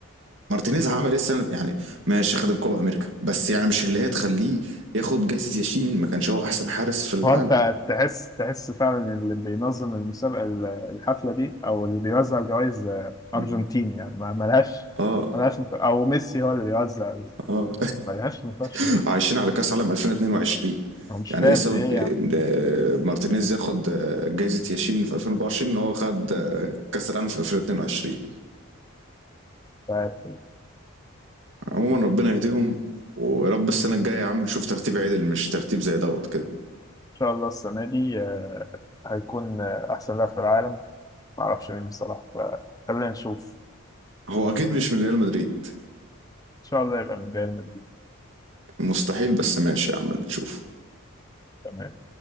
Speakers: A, on the right; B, on the left.
A: مارتينيز عمل ايه السنه يعني ماشي خد الكوبا امريكا بس يعني مش اللي هي تخليه ياخد جائزه ياشين ما كانش هو احسن حارس في العالم
B: هو انت تحس تحس فعلا اللي بينظم المسابقه ال- الحفله دي او اللي بيوزع الجوائز
A: مم.
B: ارجنتين يعني ما ملهاش
A: اه
B: ملهاش نقاش او ميسي هو اللي بيوزع
A: اه
B: ملهاش نقاش
A: <laughs>
B: جدا.
A: عايشين على كاس عالم 2022
B: انا مش
A: يعني
B: فاهم
A: ايه سبب
B: في ايه
A: ان
B: يعني
A: مارتينيز ياخد جائزه ياشين في 2024 ان هو خد كاس العالم في 2022
B: فان
A: عموما ربنا يهديهم ويا رب السنه الجايه يا عم نشوف ترتيب عدل مش ترتيب زي دوت كده
B: شاء الله السنه دي آه، هيكون آه، احسن لاعب في العالم ما اعرفش مين بصراحه فخلينا نشوف
A: هو اكيد مش من ريال مدريد
B: ان شاء الله يبقى من ريال مدريد
A: مستحيل بس ماشي يا عم نشوف
B: تمام